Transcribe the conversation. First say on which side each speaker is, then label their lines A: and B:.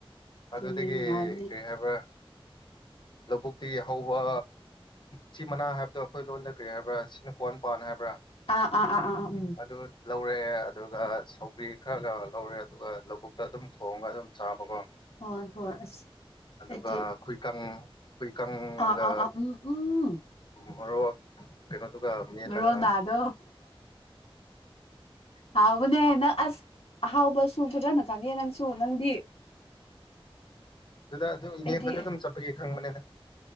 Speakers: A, on the left (about 80°); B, on the left (about 55°).
A: ꯑꯗꯨꯅꯦ
B: ꯑꯗꯨꯗꯒꯤ
A: ꯅꯨꯡꯉꯥꯏꯕꯅꯦ
B: ꯀꯔꯤ ꯍꯥꯏꯕ꯭ꯔꯥ ꯂꯧꯕꯨꯛꯇꯤ ꯍꯧꯕ ꯆꯤ ꯃꯅꯥ ꯍꯥꯏꯕꯗꯣ ꯑꯩꯈꯣꯏ ꯂꯣꯟꯗ ꯀꯔꯤ ꯍꯥꯏꯕ꯭ꯔꯥ ꯁꯤꯅꯨꯀ꯭ꯋꯥꯣꯟ ꯄꯥꯟ ꯍꯥꯏꯕ꯭ꯔꯥ
A: ꯑꯥ ꯑꯥ ꯑꯥ ꯑꯥ ꯑꯥ ꯎꯝ
B: ꯑꯗꯨ ꯂꯧꯔꯑꯦ ꯑꯗꯨꯒ ꯄꯨꯒ꯭ꯔꯤ ꯈꯔ ꯂꯧꯔꯦ ꯑꯗꯨꯒ ꯂꯧꯕꯨꯛꯇ ꯑꯗꯨꯝ ꯊꯣꯡꯉꯒ ꯑꯗꯨꯝ ꯆꯥꯕꯀꯣ
A: ꯍꯣꯏ ꯍꯣꯏꯁꯗꯤ
B: ꯑꯗꯨꯒ ꯈꯨꯏꯀꯪ ꯈꯨꯏꯀꯪꯒ
A: ꯑꯥ ꯑꯥ ꯑꯥ ꯎꯝ ꯎꯝ
B: ꯃꯣꯔꯣꯛ ꯀꯩꯅꯣꯗꯨꯒ ꯃꯦꯠꯂꯒ
A: ꯔꯣꯅꯥꯜꯗꯣ ꯍꯥꯎꯕꯅꯦ ꯅꯪ ꯑꯁ ꯑꯍꯥꯎꯕꯁꯨ ꯐꯖꯅ ꯈꯪꯉꯦ ꯅꯪꯁꯨ ꯅꯪꯗꯤ
B: ꯑꯗꯨꯗ ꯑꯗꯨꯝ ꯏꯅꯦ
A: ꯑꯩꯗꯤ
B: ꯑꯩꯣꯏꯗ ꯑꯗꯨꯝ ꯆꯠꯄꯒꯤ ꯈꯪꯕꯅꯤꯅ